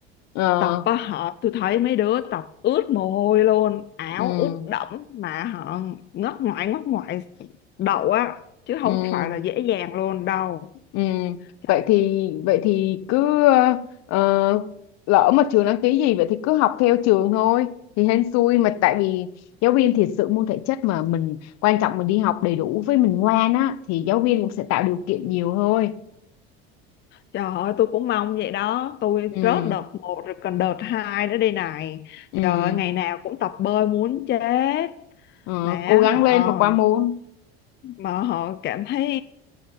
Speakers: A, on the left; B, on the left.
A: Ờ,
B: tập á họ tôi thấy mấy đứa tập ướt mồ hôi luôn áo
A: ừ,
B: ướt đẫm mà họ ngất ngoại ngất ngoại đậu á chứ
A: ừ.
B: không phải là dễ dàng luôn đâu
A: Ừ,
B: trời,
A: vậy thì vậy thì cứ ờ, ờ, lỡ mà trường đăng ký gì vậy thì cứ học theo trường thôi thì hên xui mà tại vì giáo viên thiệt sự môn thể chất mà mình quan trọng mình đi học đầy đủ với mình ngoan á thì giáo viên cũng sẽ tạo điều kiện nhiều thôi
B: trời ơi tôi cũng mong vậy đó tôi
A: ừ,
B: rớt đợt một rồi còn đợt hai nữa đây này
A: ừ,
B: trời ơi, ngày nào cũng tập bơi muốn chết
A: ờ,
B: mà
A: cố gắng
B: họ
A: lên mà qua môn
B: mà họ cảm thấy